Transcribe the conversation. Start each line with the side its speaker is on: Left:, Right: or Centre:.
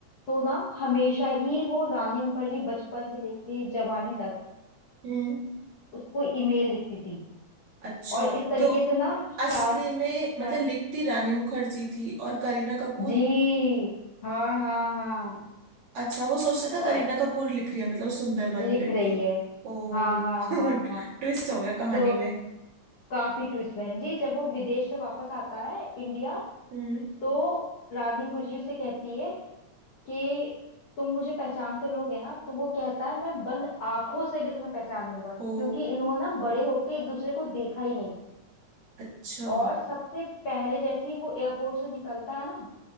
Left: तो ना हमेशा ही वो रानी मुखर्जी बचपन से लेके जवानी तक
Right: हम्म।
Left: उसको ईमेल लिखती थी
Right: अच्छा
Left: और इस तरीके
Right: तो
Left: से ना शायद
Right: असली में मतलब
Left: हाँ
Right: लिखती रानी मुखर्जी थी और करीना कपूर
Left: जी हाँ हाँ हाँ
Right: अच्छा वो सोचते था
Left: और
Right: करीना कपूर लिख रही है मतलब सुंदर वाली
Left: लिख
Right: लड़की
Left: रही है
Right: ओ
Left: हाँ हाँ
Right: <laughs> ट्विस्ट
Left: हाँ हाँ
Right: हो गया कहानी
Left: तो
Right: में
Left: काफी ट्विस्ट बहन जी जब वो विदेश से वापस आता है इंडिया
Right: हम्म
Left: तो रानी मुखर्जी उससे कहती है कि तुम मुझे पहचान तो लोगे ना तो वो कहता है मैं बंद आंखों से भी तुम्हें पहचान लूंगा क्योंकि
Right: ओ
Left: इन लोगों ने ना बड़े होके एक दूसरे को देखा ही नहीं
Right: अच्छा
Left: और सबसे पहले जैसे ही वो एयरपोर्ट से निकलता है ना